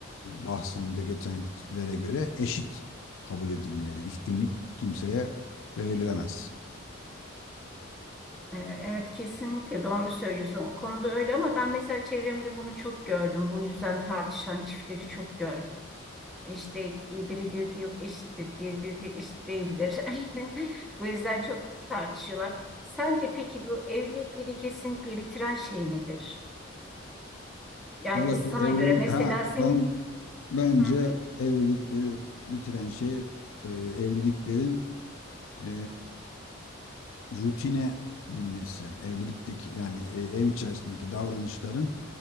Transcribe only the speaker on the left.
bahsinde geçenlere göre eşit kabul edilmeli. Üstünlük kimseye verilemez.
Vallahi
evlilik
ha
ben bence
evlilikleri bitiren şey e, evliliklerin e, rutine binmesi, evlilikteki yani e, ev içerisindeki davranışların